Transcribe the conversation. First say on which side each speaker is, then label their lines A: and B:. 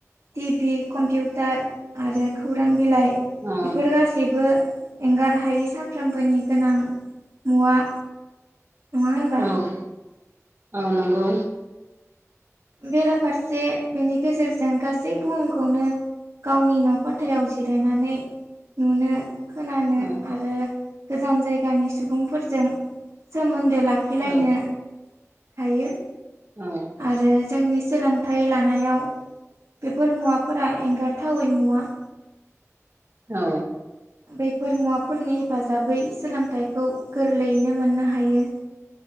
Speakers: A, on the right; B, on the right.
A: टिभि, कम्पिउटार आरो खौरां बिलाइ
B: औ
A: बेफोर गासैबो एंगार हा - हायै सानफ्रामबोनि गोनां मुवा। नङा होनबा
B: औ <inaudible> औ नंगौ।
A: बेराफारसे बेनि गेजेर जों गासै बुहुमखौनो गावनि न' खथायाव जिरायनानै नुनो खोनानो
B: औ
A: आरो गोजान जायगानि सुबुंफोरजों सोमोन्दो ला खिलायनो
B: औ औ
A: <inaudible> हायो।
B: उम।
A: आरो जोंनि सोलोंथाइ लानायाव बेफोर मुवाफोरा एंगारथावै मुवा।
B: औ।
A: बेफोर मुवाफोरनि हेफाजाबै सोलोंथाइखौ गोरलैयैनो मोननो हायो।